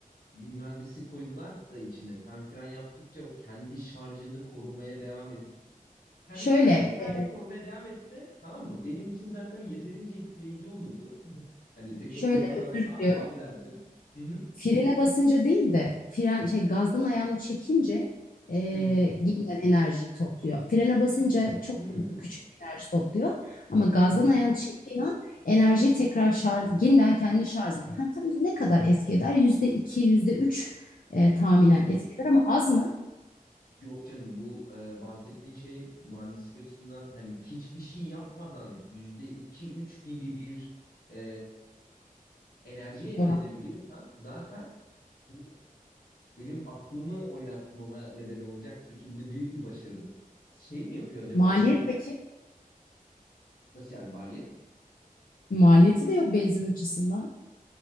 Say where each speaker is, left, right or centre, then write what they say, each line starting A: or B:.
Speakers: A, on the left; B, on the left.
A: bir mühendislik koydular da içine? Sen fren yaptıkça o kendi şarjını korumaya devam etti. Kendi
B: Şöyle,
A: şarjını sadece
B: e,
A: korumaya devam etti, tamam mı? Benim için zaten yeterince etkileyici olurdu. Hani teknolojik
B: şöyle
A: olarak
B: özür
A: ha
B: diliyorum.
A: wow derdim. Hı hı
B: Frene basınca değil de fren şey gazdan ayağını çekince e,
A: hı
B: gelen enerjiyi topluyor. Frene basınca çok
A: hı hı
B: küçük enerji topluyor ama gazdan
A: hı. hı. hı.
B: ayağını çektiğin an enerjiyi tekrar şarj yeniden kendini şarj ediyor. Ha, tam ne kadar etki eder? Yüzde iki, yüzde üç e, tahminen
A: Hiç
B: etki eder ama az mı
A: Yok canım bu e, bahsettiğin şey mühendislik açısından hani hiçbir şey yapmadan yüzde iki üç gibi bir e, enerji elde
B: oran?
A: edebiliyorsan zaten bu benim aklımı oynatmama neden olacak şekilde büyük bir başarıdır. Şey mi yapıyor acaba
B: Maliyet
A: bu
B: peki?
A: nasıl yani maliyet?
B: Maliyeti de yok benzin açısından.